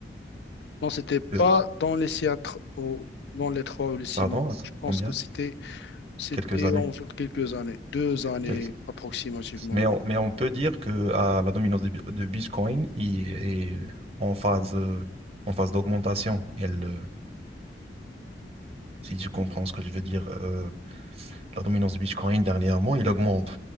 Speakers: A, on the left; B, on the right.
A: Non, c'était pas
B: Euh,
A: dans les Seattle, au- dans les trois ou les six
B: pardon,
A: mois.
B: attends,
A: Je
B: combien?
A: pense que c'était c'était
B: Quelques années.
A: en quelques années, deux années
B: Quel-
A: approximativement,
B: Mais
A: oui.
B: on, mais on peut dire que ah, la dominance de, Bi- de Bitcoin il est en phase, euh, en phase d'augmentation. Elle, euh, si tu comprends ce que je veux dire, euh, la dominance de Bitcoin dernièrement, il augmente.